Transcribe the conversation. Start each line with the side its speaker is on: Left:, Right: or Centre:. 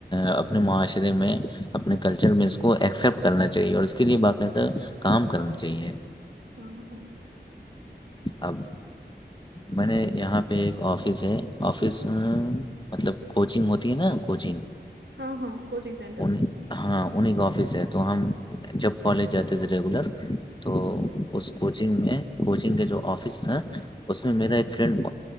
Left: اپنے معاشرے میں اپنے کلچر میں اس کو ایکسپٹ کرنا چاہیے اور اس کے لیے باقاعدہ کام کرنا چاہیے
Right: آ ہ
Left: اب میں نے یہاں پہ ایک آفس ہے آفس مطلب کوچنگ ہوتی ہے نا کوچنگ
Right: ہاں ہاں کوچنگ سینٹر
Left: ان ہاں انہیں کا آفس ہے تو ہم جب کالج جاتے تھے ریگولر تو اس کوچنگ میں کوچنگ کے جو آفس تھا اس میں میرا ایک فرینڈ